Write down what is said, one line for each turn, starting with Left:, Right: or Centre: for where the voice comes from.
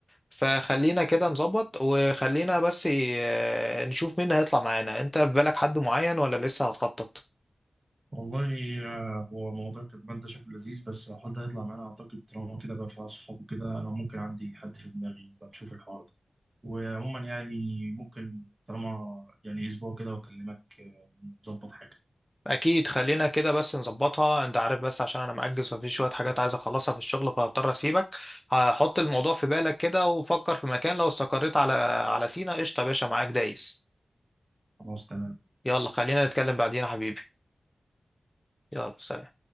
Left: فخلينا كده نظبط وخلينا بس ي- نشوف مين هيطلع معانا انت في بالك حد معين ولا لسه هتخطط
Right: والله آه، هو موضوع الكتمان ده شكله لذيذ بس لو حد هيطلع معانا أعتقد طالما كده بقى في أصحاب وكده أنا ممكن عندي حد في دماغي بنشوف الحوار ده وعموما يعني ممكن طالما يعني أسبوع كده وأكلمك آه، نظبط حاجة
Left: اكيد خلينا كده بس نظبطها انت عارف بس عشان انا مأجز وفي شوية حاجات عايز اخلصها في الشغل فهضطر اسيبك هحط الموضوع في بالك كده وفكر في مكان لو استقريت على على سينا قشطة يا باشا معاك دايس
Right: خلاص تمام
Left: يلا خلينا نتكلم بعدين يا حبيبي يلا سلام